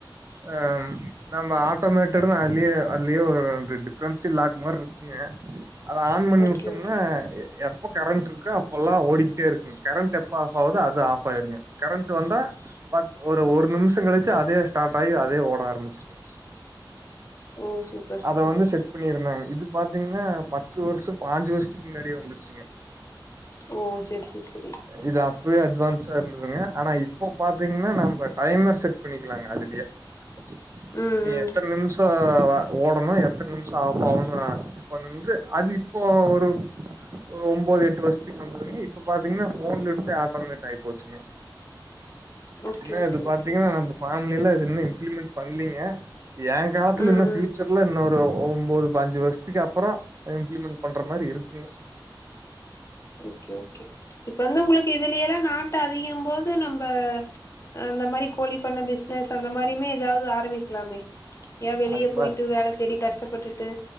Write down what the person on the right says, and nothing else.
ஆ நம்ப ஆட்டோமேட்டட் தா அல்லியே அல்லியோ டி டிஃபரென்ஸி லாக் மார் இய அத ஆண் பண்ணி
விட்டோம்னா
எ எப் எப்ப கரண்ட் இருக்க அப்பெல்லாம் ஓடிக்கிட்டே இருக்குங்க கரண்ட் எப்ப ஆஃப் ஆகுதோ அது ஆஃப் ஆயிருங்க கரண்ட் வந்தா ப ஓ ஒரு நிமிஷோ கழிச்சு அதே ஸ்டார்ட் ஆகி அ அதே ஓட ஆரம்பிச்சிருங்க
அத வந்து செட் எப்டியோ இருந்தாங்க இது பாத்தீங்கன்னா பத்து வருஷோ பாஞ்சு வருஷத்துக்கு முன்னாடியே வந்துருச்சுங்க
இது அப்பவே அட்வான்ஸா இருந்ததுங்க ஆனா இப்ப பாத்தீங்கன்னா நம்ப டைமர் செட் பண்ணிக்கலாங்க அதுலயே <inaudible>
நீ
எத்தன நிமிஷோ ஓடணு எத்தன நிமிஷோ ஆஃப் ஆகனு சொல்லி அது இப்போ ஒரு ஒரு ஒம்பது எட்டு வருஷத்துக்கு வந்ததுங்க இப்ப பாத்தீங்கன்னா ஃபோன்ல இருந்தே ஆட்டோமேட்டாகிப் போச்சுங்க
என்ன
இது பாத்தீங்கன்னா
நம்ம ஃபார்ம்லைலா இது இன்னு இம்ப்ளிமெண்ட் பண்லீங்க ஏ காலத்துல
இன்னு பியூச்சர்
இன்னொரு ஒம்பது பாஞ்சு வருஷத்துக்கு அப்பறோ இம்ப்ளிமெண்ட் பண்ற மாரி இருக்கு <inaudible>
அது மாரி